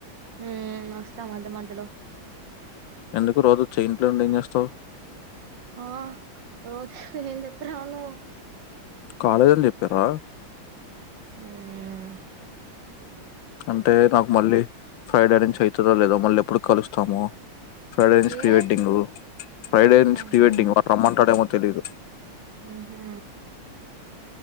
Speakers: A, on the right; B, on the left.
A: ఉమ్, వస్తా మధ్య మధ్యలో.
B: ఎందుకు? రోజు వచ్చేయి, ఇంట్లో ఉండి ఏం చేస్తావ్?
A: ఆ, రోజు ఏం చెప్పి రావాలో?
B: కాలేజ్ అని చెప్పారా?
A: ఉమ్
B: అంటే, నాకు మళ్ళీ ఫ్రైడే నుంచి అయ్ తదో లేదొ? మల్లెప్ ప్పుడు కలుస్తామో? ఫ్రైడే నుంచి ప్రీ
A: ఏ
B: వెెడ్డింగూ. ఫ్రైడే నుంచి
A: ఆహా
B: ప్రీ వెెడ్డింగ్, వాళు రమ్మంటారొ ఏమో తె తెలీదు.
A: ఊహూ